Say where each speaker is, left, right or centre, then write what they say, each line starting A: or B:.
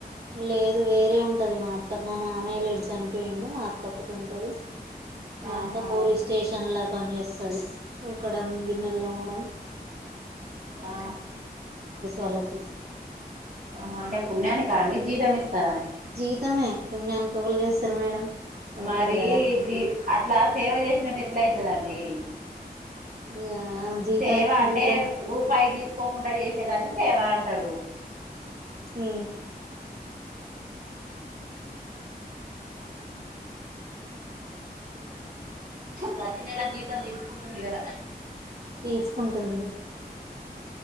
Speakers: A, on the right (about 75°); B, on the right (about 55°).
A: లేదు వేరే ఉంటది మా అత్త మా మామయ్య లేడు చనిపోయిండు మా అత్త ఒకతే ఉంటది మా
B: ఆహా
A: అత్త పోలీస్ స్టేషన్ ల పని చేస్తాది ఉకడం గిన్నెలు తోమాడం
B: ఆ
A: వాళ్ళకి
B: ఆ అంటే పుణ్యానికా అండి జీతమిస్తారా
A: జీతమే పుణ్యాని కి ఎవలు చేస్తారు మేడం ఎవలు
B: మరి
A: చేయరు కదా
B: జీ అట్లా సేవ చేసినట్టు ఎట్లా అయితదండి
A: ఇగ జీతం
B: సేవ అంటే
A: జీతం
B: రూపాయి, తీసుకోకుంట చేసేదాన్ని సేవ అంటరు.
A: ఉ
B: ప్రతి నెలా జీతం తీసుకుంటుంది. గదా
A: తీసుకుంటదన్డి.